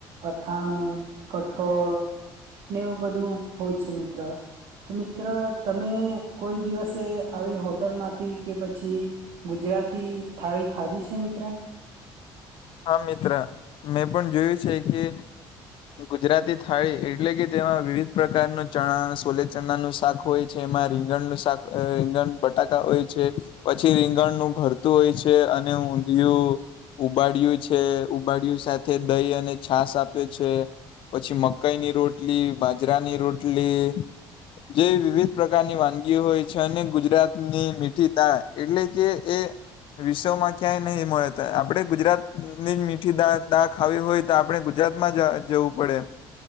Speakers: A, on the right; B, on the left.
A: અથાણું કઠોળ ને એવું બધું હોય છે મિત્ર તો મિત્ર તમે કોઈ દિવસે આવી હોટલ માંથી કે પછી ગુજરાતી થાળી ખાધી છે મિત્ર?
B: હા મિત્ર મેં પણ જોયું છે કે ગુજરાતી થાળી એટલે કે તેમાં વિવિધ પ્રકારનું ચણા સોલે ચણાનું શાક હોય છે એમાં રીંગણનું શાક રીંગણ બટાકા હોય છે પછી રીંગણનું ભરતું હોય છે અને ઊંધિયું ઉબાડિયું છે ઉબાડિય સાથે દહી અને છાસ આપ્યો છે પછી મકઈની રોટલી બાજરાની રોટલી જે વિવિધ પ્રકારની વાનગીઓ હોય છે અને ગુજરાતની મીઠી તાળ એટલે કે એ વિશ્વમાં ક્યાંય નહી મળે આપણેે ગુજરાતની જ મીઠી દા ખાવી હોય તો આપણે ગુજરાતમાં જવું પડે